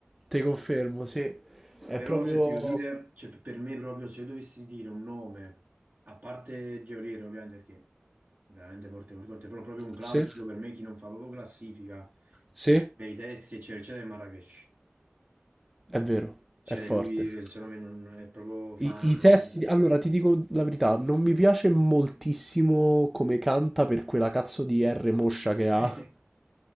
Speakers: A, in the centre; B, on the right (about 45°).
A: Te confermo, sì. È
B: Però
A: proprio...
B: se ti devo dire, cioè, per me proprio se io dovessi dire un nome, a parte Geolier ovviamente perché è veramente forte, forte, forte, però proprio un classico
A: Sì,
B: per me chi non fa proprio classifica
A: sì, è
B: per i testi eccetera eccetera è Marrakesh.
A: vero,
B: Cioè
A: è forte.
B: lui il suo nome non è proprio fa...
A: I, i testi, allora ti dico la verità, non mi piace moltissimo come canta per quella cazzo di R moscia che
B: <laughs>
A: ha.